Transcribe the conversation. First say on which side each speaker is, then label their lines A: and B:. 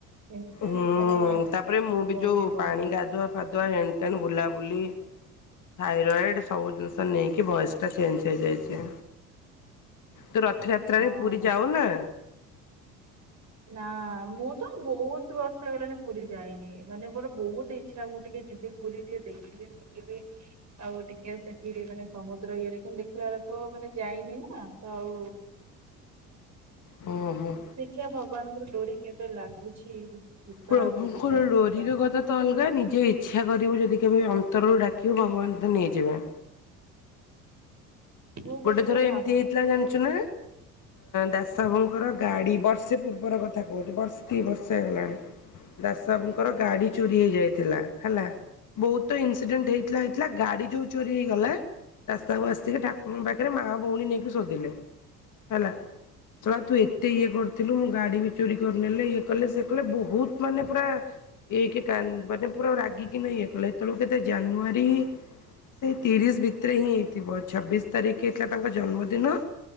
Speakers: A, on the right (about 40°); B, on the left (about 45°).
A: ଏମିତି
B: ହୁଁ
A: ମାନେ
B: ତାପରେ ମୁଁ ବି
A: ରହିବ
B: ଯୋଉ ପାଣି ଗାଧୁଆ ଫାଧୁଆ ହେଣ୍ଡ ତେଣ୍ଡ ବୁଲାବୁଲି ଥାଇରଏଡ ସବୁ ଜିନିଷ ନେଇକି ଭଏସ ଟା ଚେଞ୍ଜ ହେଇଯାଇଛି। ତୁ ରଥଯାତ୍ରାରେ
A: ହଁ
B: ପୁରୀ ଯାଉ
A: ତ-
B: ନା?
A: ନା ମୁଁ ତ ବହୁତ ବର୍ଷ ହେଲାଣି ପୁରୀ ଯାଇନି ମାନେ ମୋର ବହୁତ ଇଚ୍ଛା ମୁଁ ଟିକେ ଯିବି। ପୁରୀ ଟିକେ ଦେଖିବି ବୁଲିବି। ଆଉ ଟିକେ ସେଠି ମାନେ ସମୁଦ୍ର ଇଏରେ କିନ୍ତୁ ଦେଖିଲା ଲୋକ ମାନେ ଯାଇନି ନା ଆଉ
B: ହୁଁ ହୁଁ।
A: ଖିଆ ଭଗବାନଙ୍କର ଡୋରି କେବେ ଲାଗୁଛି। ଯିବା
B: ପ୍ରଭୁଷ
A: ବୁଲିକି ଆସିବା
B: ଡୋରିରେ କଥା। ତ ଅଲଗା ନିଜେ ଇଚ୍ଛା କରିବୁ ଯଦି କେବେ ଅନ୍ତରରୁ ଡାକିବୁ ଭଗବାନ ତ ନେଇଯିବେ।
A: ମୁଁ ବୋଧେ
B: ଗୋଟେ ଥର
A: ଭାବେ
B: ଏମିତି ହେଇଥିଲା
A: କି
B: ଜାଣିଛୁ
A: ମୁଁ
B: ନା। ଦାସ ବାବୁଙ୍କର ଗାଡ଼ି ବର୍ଷେ ପୂର୍ବର କଥା କହୁଛିୁ ବର୍ଷେ ଦି ବର୍ଷେ ହେଇଗଲାଣି। ଦାସବୁଙ୍କର ଗାଡି ଚୋରି ହେଇଯାଇଥିଲା ହେଲା ବହୁତ ଇନସିଡେଣ୍ଟ ହେଇଥିଲା। ଗାଡି ଚୋଉ ଚୋରି ହେଇଗଲା ରାସ୍ତାକୁ ଆସିକି ଠା ପାଖରେ ମା ଭଉଣୀ ନେଇକି ଶୋଧିଲେ ହେଲା। !!!!!!!!!! ତୁ ଏତେ ଇଏ କରିଥିଲୁ ମୁଁ ଗାଡି ବି ଚୋରି କରିନେଲେ ଇଏ କଲେ ସେ କଲେ ବହୁତ ମାନେ ପୁରା ଏ କି କାନ ପୁରା ରାଗ କିି ନା ଇଏ କଲେ ଏତେବେଳ କେତେ ଜାନୁଆରୀ ସେଇ ତିରିଶ ଭିତରେ ହିଁ ହେଇଥିବ ଛବିଶ ତାରିଖ ହେଇଥିଲା ତାଙ୍କ ଜନ୍ମଦିନ।